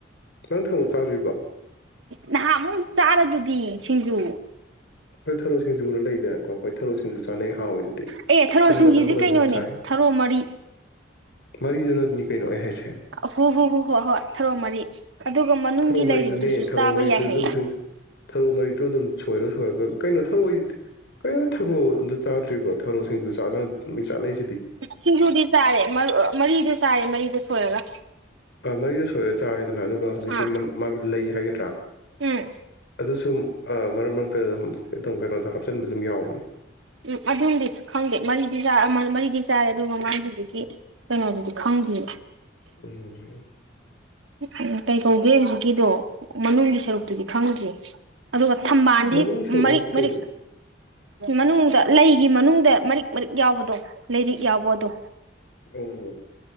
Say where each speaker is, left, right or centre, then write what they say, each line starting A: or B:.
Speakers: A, on the left; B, on the right.
A: ꯅꯪ ꯊꯔꯣ ꯆꯥꯗ꯭ꯔꯤꯕꯣ
B: ꯅꯍꯥꯟꯃꯨꯛ ꯃ ꯆꯥ ꯄꯤ ꯁꯤꯖꯨ
A: ꯑꯈꯣꯏ ꯊꯔꯣ ꯁꯤꯡꯖꯨꯅ ꯂꯩꯗꯅꯀꯣ ꯑꯈꯣꯏ ꯊꯩꯔꯣꯁꯤꯡꯖꯨ ꯆꯥꯅꯩ ꯍꯥꯎꯏꯗꯨꯗꯤ
B: ꯑꯦ ꯊꯔꯣ
A: ꯊꯨꯝꯒ
B: ꯁꯤꯡꯖꯨꯗꯤ
A: ꯅꯝꯃꯒꯁꯨ
B: ꯀꯩꯅꯣꯅꯦ
A: ꯑꯗꯨꯝ ꯆꯥꯏ
B: ꯊꯔꯣ ꯃꯔꯤ
A: ꯃꯔꯤꯗꯨ <unintelligible> ꯀꯩꯅꯣ ꯑꯩ ꯍꯥꯏꯁꯦ
B: ꯍꯣ ꯍꯣ ꯍꯣ ꯍꯣꯏ ꯍꯣꯏ ꯍꯣꯏ ꯊꯥꯔꯣ ꯃꯔꯤ ꯑꯗꯨꯒ ꯃꯅꯨꯡꯒꯤ
A: ꯊꯔꯣ ꯃꯔꯤꯗꯨꯅꯦ
B: ꯂꯥꯏꯔꯤꯛꯇꯨꯁꯨ
A: ꯊꯔꯣ
B: ꯆꯥꯕ
A: ꯃꯔꯤꯗꯨ
B: ꯌꯥꯏ ꯍꯥꯏꯌꯦ
A: ꯗ ꯗꯨꯝ ꯊꯔꯣ ꯃꯔꯤꯗꯣ ꯑꯗꯨꯝ ꯁꯣꯏꯔ ꯁꯣꯏꯔꯒ ꯀꯩꯅꯣ ꯊꯔꯣꯏ ꯀꯩꯅꯣ ꯊꯔꯣ ꯑꯝꯇ ꯆꯥꯗ꯭ꯔꯤꯕ ꯊꯔꯣꯁꯤꯡꯖꯨ ꯆꯥꯅ ꯃꯤ ꯆꯥꯅꯩ
B: ꯁꯤꯡꯖꯨꯗꯤ ꯆꯥꯔꯦ ꯃꯔꯤꯗꯨ ꯆꯥꯔꯦ ꯃꯔꯤꯗꯨ ꯁꯣꯏꯔꯒ
A: ꯑꯥꯥꯥ ꯃꯔꯤꯗꯨ ꯁꯣꯏꯔ ꯆꯥꯔꯦꯗꯅ ꯑꯗꯨꯒ ꯍꯧꯖꯤꯛꯀꯤ
B: ꯑꯥ
A: ꯃꯥꯒꯤ ꯂꯩ ꯍꯥꯏꯒꯗ꯭ꯔꯥ
B: ꯎꯝ
A: ꯑꯗꯨꯁꯨ ꯑꯥ ꯃꯔꯛ ꯃꯔꯛꯇ ꯑꯗꯨꯝ ꯑꯗꯨꯝ ꯀꯩꯅꯣꯗ ꯍꯥꯞꯆꯤꯟꯕ ꯑꯗꯨꯝ ꯌꯥꯎꯕꯅꯤ
B: ꯎꯝ ꯑꯗꯨꯝꯗꯤ ꯈꯪꯗꯦ ꯃꯔꯤꯗꯤ ꯆꯥ ꯃꯔꯤꯗꯤ ꯆꯥꯏꯔꯦ ꯑꯗꯨꯒ ꯃꯥꯒꯤ ꯍꯧꯖꯤꯛꯀꯤ ꯀꯩꯅꯣꯗꯨꯗꯤ ꯈꯪ ꯗ꯭ꯔꯤ
A: ꯎꯅꯤꯡꯉꯦꯍꯦ
B: ꯎꯝ ꯀꯩꯀꯧꯒꯦ ꯍꯧꯖꯤꯛꯀꯤꯗꯣ ꯃꯅꯨꯡꯒꯤ ꯁꯔꯨꯛꯇꯨꯗꯤ ꯈꯪꯗ꯭ꯔꯦ ꯑꯗꯨꯒ ꯊꯝꯕꯥꯜꯗꯤ
A: ꯃꯅꯨꯡꯒꯤ ꯁꯔꯨꯛ
B: ꯃꯔꯤꯛ
A: ꯍꯥꯏꯁꯦ ꯀꯩꯅꯣ
B: ꯃꯔꯤꯛ ꯃꯅꯨꯡ ꯂꯩꯒꯤ ꯃꯅꯨꯡꯗ ꯃꯔꯤꯛ ꯃꯔꯤꯛ ꯌꯥꯎꯕꯗꯣ ꯂꯩꯔꯤꯛ ꯌꯥꯎꯕ ꯑꯗꯣ
A: ꯑꯣ